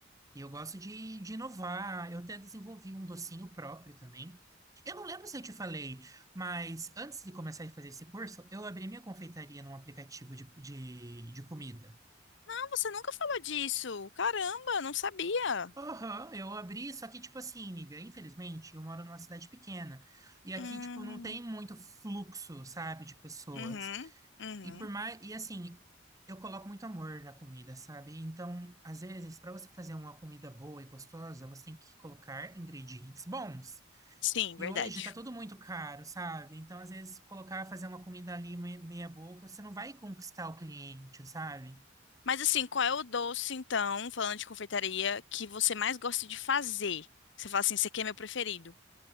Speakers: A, on the right (about 20°); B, on the left (about 65°).
A: E eu gosto de, de inovar. Eu até desenvolvi um docinho próprio também. Eu não lembro se eu te falei, mas antes de começar a fazer esse curso, eu abri minha confeitaria num aplicativo de, de, de comida.
B: Não, você nunca falou disso. Caramba, não sabia.
A: Aham, eu abri, só que, tipo assim, amiga, infelizmente, eu moro numa cidade pequena. E aqui,
B: Hum.
A: tipo, não tem muito fluxo, sabe, de pessoas.
B: Uhum. Uhum.
A: E por mais. E assim, eu coloco muito amor na comida, sabe? Então, às vezes, para você fazer uma comida boa e gostosa, você tem que colocar ingredientes bons.
B: Sim,
A: E
B: verdade.
A: hoje tá tudo muito caro, sabe? Então, às vezes, colocar, fazer uma comida ali me- meia boca, você não vai conquistar o cliente, sabe?
B: Mas assim, qual é o doce, então, falando de confeitaria, que você mais gosta de fazer? Você fala assim, esse aqui é meu preferido.